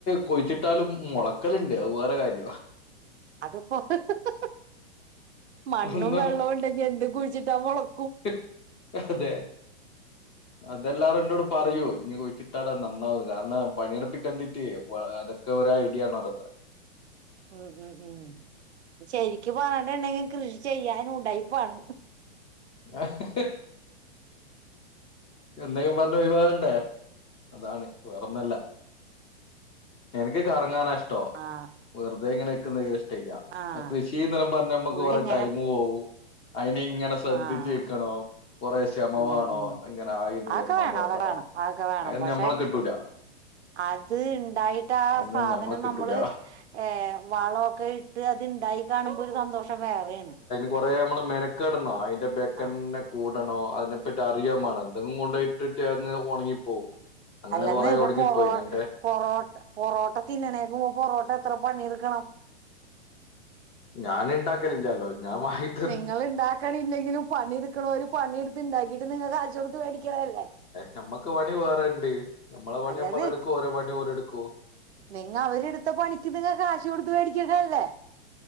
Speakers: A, on the left (about 20°); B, on the right (about 80°).
A: കുയ്ച്ചിട്ടാലും മുളക്കല്ണ്ട് അത് വേറെ കാര്യം
B: അതിപ്പോ ഹിഹി ഹിഹി മണ്ണും
A: ഒന്നും
B: വെള്ളവും ഉണ്ടെങ്കി എന്ത് കുഴിച്ചിട്ടാ മുള-
A: ഹ് അതെ
B: <inaudible>
A: അതെല്ലാരും ന്നോട് പറയൂ ഇനി കുഴിച്ചിട്ടാലെ നന്നാവൂന്ന് കാരണം പണിയെടുപ്പിക്കണ്ടിട്ട് അപ്പ ഒക്കെ ഓര ഐഡിയ ആണത്റേ
B: <inaudible> ഉം ഉം ഉം ശെരിക്ക് പറഞ്ഞിട്ടുണ്ടെങ്കിൽ കൃഷി ചെയ്യാന് ഉടായിപ്പാണ്
A: ഏഹ് ഹിഹി എന്തേങ്കിം പറഞ്ഞ് ഒഴിവാകണ്ടേ അതാണ് വേറൊന്നൊല്ല എനക്ക് കറങ്ങാന ഇഷ്ടോ
B: ആ
A: വെറുതെ ഇങ്ങനെ ഇക്കുന്നെ ഇഷ് ട്ടയില്ല
B: ആ
A: കൃഷിന്നറിയുമ്പോ നമ്മക്ക്
B: പുള്ളിങ്ങനെ
A: കുറെ ടൈമ് പോകും അയിനിങ്ങനെ ശ്രദ്ധിച്ച്
B: ആഹ്
A: ഇക്കണോ കൊറേ ക്ഷമ
B: ഉം
A: വേണോം
B: ഉം
A: ഇങ്ങനെ ആയീന്ന്
B: അതൊക്കെ
A: വര്ണോ
B: വേണം
A: നോക്കണോ
B: അതൊക്കെ വേണം അതൊക്കെ വേണം
A: അയ്നൊന്നും
B: പക്ഷെ
A: ഞമ്മളെ കിട്ടൂല
B: അത് ണ്ടായിട്ട് ആ
A: അതിന്
B: സാധനം
A: നമ്മളെ കിട്ടൂല
B: നമ്മള് ഏഹ് വള ഒക്കെ ഇ - ട്ട് അത്ണ്ടായി കാണുമ്പോ ഒരു സന്തോഷം വേറെയാണ്
A: കൊറേ അമ്മള് മെനക്കെടണോ അയിന്റെ ബേക്കെന്നെ
B: ആഹ്
A: കൂടണോ അതിനെപ്പറ്റി അറിയാമാണല്ലോ ന്തെങും കൊണ്ടോയിട്ടിട്ട് അങ്ങ് ഉണങ്ങിപ്പോവും അങ്ങനെ
B: അല്ലെന്ന്
A: കുറെ
B: ഇപ്പൊ
A: ഉണങ്ങിപ്പോയി
B: പൊറോ
A: എന്റെ
B: പൊറോട്ട പൊറോട്ട തിന്നണേന് പൊറോട്ട എത്ര പണിയെടുക്കണം
A: ഞാന് ണ്ടാക്കലില്ലാലൊ ഞാൻ വാങ്ങി -
B: നിങ്ങൾ ഇണ്ടാക്കണില്ലെങ്കിലും പണി എടുക്ക്ണോര് പണിയെടുത്ത്ണ്ടാക്കിട്ട് നിങ്ങൾ കാശ് കൊടുത്ത് മേടിക്ക്ണല്ലേ
A: ഞമ്മക്ക് പണി വേറേണ്ട് നമ്മളെ പണി
B: അല്ലത്
A: നമ്മളെടുക്കും ഓരെ പണി ഓരെടുക്കും
B: നിങ്ങ അവരെടുത്ത പണിക്ക് നിങ്ങ കാശ് കൊടുത്ത് വേടിക്ക്ണല്ലേ